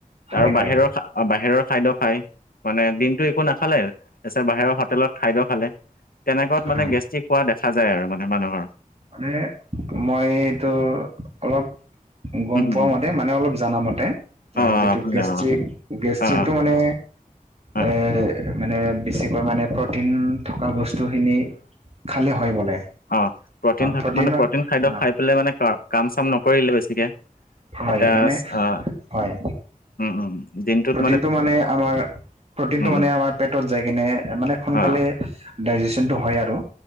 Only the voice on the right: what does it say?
হয়
হয়
হয়
মানে মই এইটো অলপ গম
পোৱা
মতে মানে অলপ জনা মতে
যিটো
গেষ্টিক
গেষ্টিকটো
মানে
এ মানে, বেছিকৈ মানে প্ৰটিন থকা বস্তুখিনি খালে হয় বোলে।
প্ৰটিনত
অ
হয়
মানে
হয়,
প্ৰটিনটো মানে আমাৰ প্ৰটিনটো
মানে
আমাৰ পেটত যাই কিনে মানে সোনকালে
ডাইজেচনটো হয় আৰু।